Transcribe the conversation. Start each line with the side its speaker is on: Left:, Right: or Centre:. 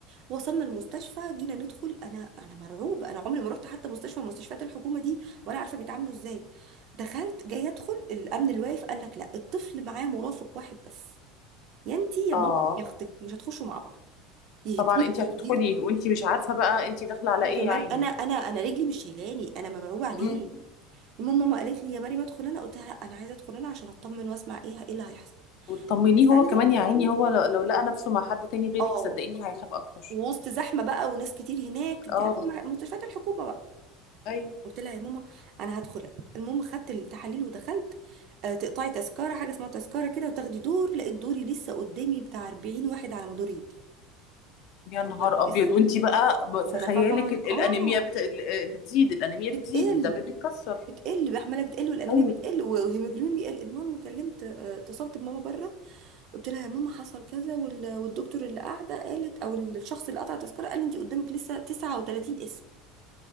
Right: وصلنا المستشفى جينا ندخل انا انا مرعوبه انا عمري ما رحت حتى مستشفى من مستشفيات الحكومه دي ولا عارفه بيتعاملوا ازاي دخلت جاي ادخل الامن الواقف قال لك لا الطفل معاه مرافق واحد بس يا انتي يا
Left: اه
Right: مامتك يا اختك مش هتخشوا مع بعض يهديك
Left: طبعا انت
Right: يرضيك
Left: هتدخلي وانت مش عارفه بقى انت داخله على
Right: وكمان
Left: ايه يا عيني
Right: انا انا انا رجلي مش شايلاني انا مرعوبه عليه
Left: مم.
Right: المهم ماما قالت لي يا مريم ادخل انا قلت لها لا انا عايزه ادخل انا عشان اطمن واسمع ايه ايه اللي هيحصل
Left: وتطمنيه
Right: دخلنا
Left: هو كمان يا عيني هو لو لو لقى نفسه مع حد تاني غيرك
Right: اه
Left: صدقيني هيخاف اكتر
Right: ووسط زحمه بقى وناس كتير هناك انت
Left: اه
Right: عارفه الم- مستشفيات الحكومه بقى
Left: ايوه
Right: قلت لها يا ماما انا هدخل أنا. المهم خدت التحاليل ودخلت آه، تقطعي تذكره حاجه اسمها تذكره كده وتاخدي دور لقيت دوري لسه قدامي بتاع 40 واحد على ما دوري يجي
Left: يا نهار
Right: يا نهار
Left: ابيض
Right: اسود
Left: وانت بقى ب- في
Right: وانا
Left: خيالك
Right: طبعا
Left: ال- الانيميا
Right: اه
Left: بت... ال- بتزيد الانيميا
Right: بتقل
Left: بتزيد الدم بيتكسر
Right: بتقل بقى، عماله بتقل والانيميا
Left: ايوه
Right: بتقل والهيموجلوبين بيقل المهم كلمت آه، اتصلت بماما بره قلت لها يا ماما حصل كذا وال- والدكتور اللي قاعده قالت او الشخص اللي قطع التذكره قال لي انت قدامك لسه 39 اسم